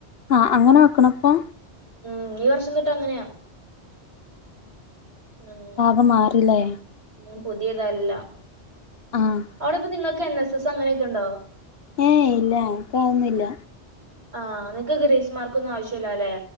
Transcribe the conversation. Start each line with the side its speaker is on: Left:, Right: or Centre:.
Left: ആഹ് അങ്ങനെ വെക്കണം ഇപ്പൊ
Right: ഉം ഈ വർഷം തൊട്ട് അങ്ങനെയാ ഉം
Left: ഒക്കെ മാറീല്ലേ
Right: ഇനീം പുതിയതാ എല്ലാം
Left: ആഹ്
Right: അവിടിപ്പൊ നിങ്ങക്ക് എൻ എസ് എസ് അങ്ങനെയൊക്കെ ഒണ്ടോ
Left: ഏയ് ഇല്ല ഞങ്ങക്കതൊന്നുവില്ല
Right: ആഹ് നിങക്ക് ഗ്രേസ് മാർക്കൊന്നും ആവശ്യില്ല അല്ലേ